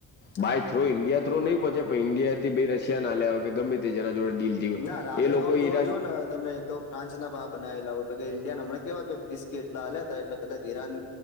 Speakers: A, on the left; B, on the left.
A: બાય
B: હા
A: થ્રો ઇન્ડિયા થ્રો નહી પહોચે પણ ઈન્ડિયા થી ભ રશિયા ના આલ્યા હોય કે ગમે તેના જોડે ડીલ થઈ હોય
B: ના રાફેલ
A: એ લોકો
B: ઓમ જોવા
A: ઈરાન
B: જો ને તમે તો ફ્રાન્સના ભ બનાવેલા હોય ઈન્ડિયાના મને કેવા કે ભીસ્ કે એટલા હલ્યા હતા એટલે કદાચ ઈરાન